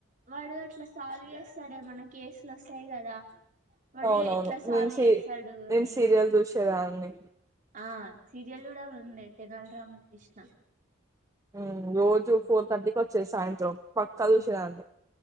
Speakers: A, on the right; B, on the right.
A: వాడు అట్ల సాల్వ్ చేస్తడే మనకి కేసులు ఒస్తయి కద వాడు
B: అవునవును
A: ఎట్ల సాల్వ్
B: నేను సి
A: చేస్తడు
B: నేను
A: అని
B: సీరియల్ చూసేదాన్ని
A: ఆ సీరియల్ కూడ ఉండె తెనాలి రామకృష్ణ
B: ఉమ్ రోజు ఫోర్ థర్టీకి ఒచ్చేది సాయంత్రం పక్క ఋషి
A: ఉమ్,
B: దాంట్లో